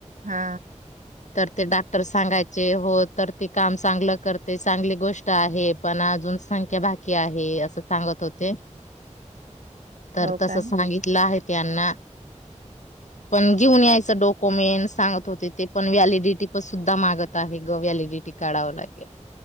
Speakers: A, on the right (about 85°); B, on the left (about 70°).
A: हा
B: तर ते डाक्टर सांगायचे हो तर ते काम चांगलं करते चांगली गोष्ट आहे पण अजून संख्या बाकी आहे असं सांगत होते तर
A: हो
B: तस
A: का
B: सांगितलं आहे त्यांना पण घेऊन यायचं डॉक्युमेंट सांगत होते ते पण व्हॅलिडिटी पण सुद्धा मागत आहे ग व्हॅलिडिटी काढावं लागेल